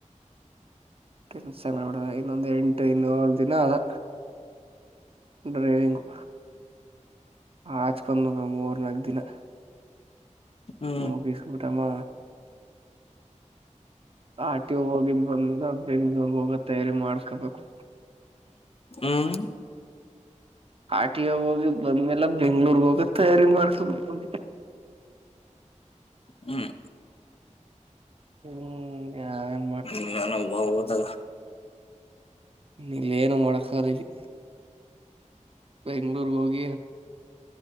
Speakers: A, on the right; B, on the left.
A: ಕೆಲ್ಸ ಮಾಡ್ಬಿಡದ ಇನ್ನೊಂದ ಎಂಟು ಇನ್ನೇಳ್ ದಿನ ಅದ. ಡ್ರೈವಿಂಗು ಆಚ್ಕೊಂಡ ಮೂರ್ ನಾಕ್ ದಿನ.
B: ಹ್ಮ್
A: ಮೂಗಿಸ್ಬಿಟ್ಟಮ ಆ ಆರ್ ಟಿ ಐಗೋಗಿದ್ ಬಂದ ಬೆಂಗಳೂರ್ಹೋಗ ತಯಾರಿ ಮಾಡ್ಕೊಬೇಕು.
B: ಹ್ಮ್
A: ಆರ್ ಟಿ ಐ ಹೋಗಿದ್ಬಂದ್ಮೇಲೆ ಬೆಂಗ್ಳೂರ್ ಹೋಗ ತಯಾರಿ ಮಾಡ್ಕಬೇಕು.
B: ಹ್ಮ್
A: ಹ್ಮ್ ಯಾವ
B: ಇಲ್ಲ ನಾನ <unintelligible>
A: ಇಲ್ಲೇನು ಮಾಡಕಾಲ ಇಲ್ಲಿ. ಬೆಂಗ್ಳೂರು ಹೋಗಿ